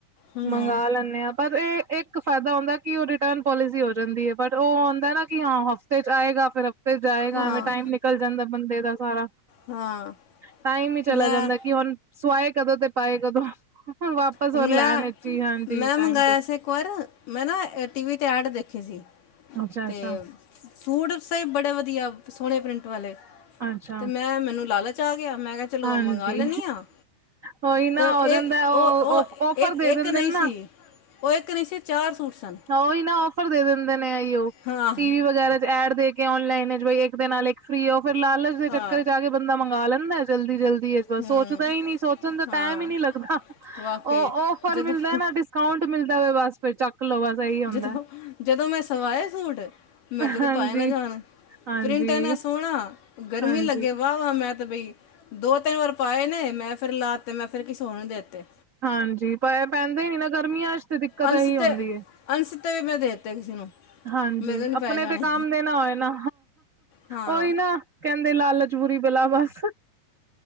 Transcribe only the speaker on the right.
ਮੰਗਾ ਲੈਂਨੇ ਆ ਪਰ ਏ ਇੱਕ ਫਾਇਦਾ ਹੁੰਦਾ ਕਿ ਓ ਰਿਟਰਨ ਪੋਲਸੀ ਹੋ ਜਾਂਦੀ ਐ ਬਟ ਓ ਔਂਦਾ ਐ ਨਾ ਕਿ ਹਾਂ ਹਫ ਫੇਰ ਆਏਗਾ ਫੇਰ ਜਾਏਗਾ
ਐਵੇਂ ਟੈਮ ਨਿਕਲ ਜਾਂਦਾ ਬੰਦੇ ਦਾ ਸਾਰਾ
ਟੈਮ ਈ ਚਲਾ
ਜਾਂਦਾ ਕਿ ਹੁਣ, ਸਵਾਏ ਕਦੋਂ ਤੇ ਪਾਏ ਕਦੋਂ ਵਾਪਸ
ਹੋਰ
ਲੈਣ ਵਿੱਚ ਹੀ ਹਾਂਜੀ ਟਾਈਮ
ਚ
ਅੱਛਾ-ਅੱਛਾ।
ਅੱਛਾ
ਹਾਂਜੀ
ਉਹੀ ਨਾ
ਹੋ ਜਾਂਦਾ
ਉਹ
ਔਫਰ
ਦੇ ਦਿੰਦੇ
ਨੇ ਨਾ
ਤਾਂ ਓਈ ਨਾ ਔਫਰ ਦੇ ਦਿੰਦੇ ਨੇ ਐਈਓ,
ਟੀ ਵੀ ਵਗੈਰਾ ਚ ਐਡ ਦੇ ਕੇ ਔਨਲਾਈਨ ਬ ਇੱਕ ਦੇ ਨਾਲ ਇੱਕ ਫ੍ਰਰੀ ਫੇਰ ਲਾਲਚ ਦੇ ਚੱਕਰ
ਚ ਆ ਕੇ ਬੰਦਾ ਮੰਗਾ ਲੈਂਦਾ ਜਲਦੀ-ਜਲਦੀ ਬਸ
ਸੋਚਦਾ ਈ ਨੀ ਸੋਚਣ ਦਾ
ਟੈਮ ਈ ਨਈ ਲੱਗਦਾ,
ਓ ਔਫਰ
ਮਿਲਦਾ ਨਾ ਡਿਸ ਡਿਸਕਾਊਂਟ ਮਿਲਦਾ ਹੋਵੇ ਬਸ ਫਿਰ ਚੱਕ ਲੋ ਬਸ ਇਹੀ ਹੁੰਦਾ
ਹਾਂਜੀ
ਹਾਂਜੀ
ਹਾਂਜੀ
ਹਾਂਜੀ ਪ ਪੈਂਦੇ ਈ ਨਈ ਨਾ ਗਰਮੀਆਂ ਚ ਤੇ ਦਿੱਕਤ
ਇਹੀ ਹੁੰਦੀ ਹੈ
ਹਾਂਜੀ
ਆਪਣੇ
ਤੇ ਕੰਮ ਦੇ ਨਾ ਹੋਏ ਨਾ
ਓਈ ਨਾ ਕੈਂਦੇ ਲਾਲਚ ਬੁਰੀ ਬਲਾ ਬਸ,